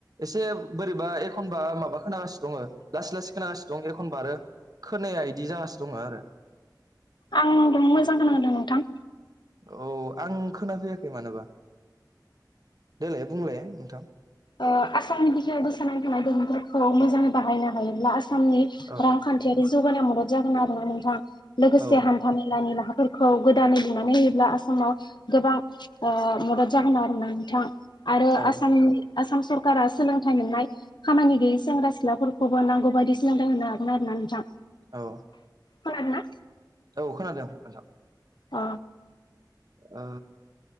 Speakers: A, on the right; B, on the left.
A: एसे बोरैबा एखनबा माबा खोनांगासिनो दङ लासै लासै खोनासिनो दं एखनबा आरो खोनाया बिदि जासो दङ आरो।
B: आंथ मोजां खोनांदों नोंथां।
A: औ आं खोनाफैयाखै मानोबा देलाय बुंलाय नोंथां।
B: ओ आसामनि बिखायावबो गोसारनानै थानाय दोहोनफोरखौ मोजाङै बाहायनो हायोब्ला आसाम आसाम
A: औ
B: रांखान्थियारि जौगानायाव मदद जागोन आरो ना नोंथाङा लोगोसे
A: औ
B: हान्था मेलानि राहा फोरखौ गोदानै लुनानै होयोब्ला आसामाव गोबां ओ मदद जागोन आरो ना नोंथां। आरो
A: औ
B: आसामनि आसाम सरकारा सोलोंथाइ मोननाय खामानि गैयै सेंग्रा सिख्लाफोरखौबो नांगौ बायदि सोलोंथाइ होनो हागोन आरो ना नोंथां।
A: औ
B: खोनादोंना
A: औ खोनादों नोंथां।
B: अ।
A: ओ